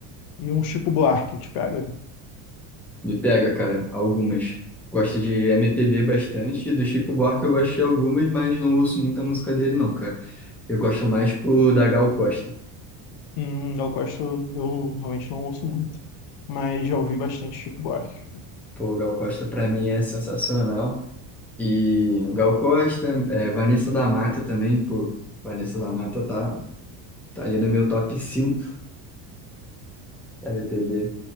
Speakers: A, on the left; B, in the centre.
A: e um Chico Buarque, te pega?
B: Me pega, cara, algumas. Gosto de MPB bastante, do Chico Buarque eu gosto de algumas, mas não ouço muita música dele não, cara. Eu gosto mais pro da Gal Costa.
A: Hum, eu gosto, eu realmente não ouço muito, mas já ouvi bastante Chico Buarque.
B: Pô, Gal Costa pra mim é sensacional. E Gal Costa, é, Vanessa da Mata também, pô. Vanessa da Mata tá, tá ali no meu top 5 MPB.